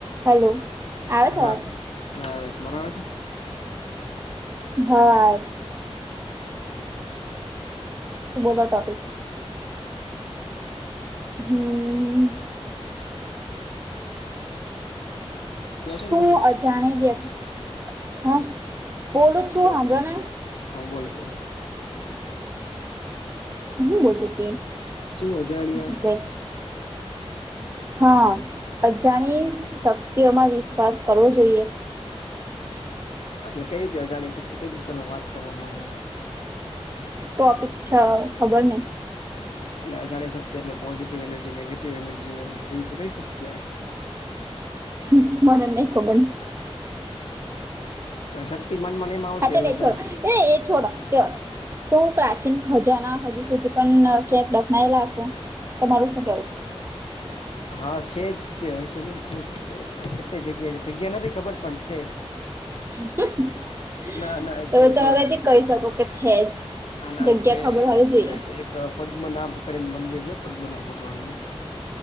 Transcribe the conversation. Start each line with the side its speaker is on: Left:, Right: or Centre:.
Right: હલો. આવે છે
Left: હા
Right: અવાજ
Left: હા આવે છે મારો આવે છે?
Right: હાજ તો બોલો ટોપિક હમ્મ.
Left: કયો છો
Right: શું
Left: ને ટોપિક
Right: અજાણી વ્યક્તિ હે બોલું છું,
Left: બોલ
Right: સાંભળો ને.
Left: હા, બોલો, બોલો.
Right: હું બોલતી હતી.
Left: શું અજાણ્યા
Right: હા, અજાણી શક્તિઓમાં વિશ્વાસ કરવો જોઈએ.
Left: એટલે કઈ રીતે જાણી શકે, કઈ રીતે તમે વાત કરવા માંગો છો?
Right: ટોપિક છે, ખબર નહીં.
Left: એટલે અજાણી શક્તિ એટલે પોઝિટિવ એનર્જી નેગેટિવ એનર્જી એમ બીજું કઈ શક્તિ આવે.
Right: હમ્મ, મને જ નહિ ખબર.
Left: શક્તિ મન મન એમ આવતી,
Right: હા ચાલ
Left: અલગ-અલગ.
Right: એ એ એ છોડો ચર <unintelligible> શૌ પ્રાચીન ખજાના, હજુ સુધી પણ કેક દખનાયેલા હશે. તમારું શું કેવું છે?
Left: હા છે જ, તે હશે નહી છે જ, તે કેટલી જગ્યા છે, જગ્યા નથી ખબર પણ છે.
Right: <unintelligible>
Left: ના ના એ
Right: તો
Left: કઉ
Right: ત
Left: જો
Right: હવેથી કહી શકો કે છે જ,
Left: આના
Right: જગ્યા
Left: છે
Right: ખબર હોવી
Left: છે
Right: જોઈએ.
Left: એક પદ્મનાભ કરીને મંદિર છે, પદ્મનાભ ભગવાન નું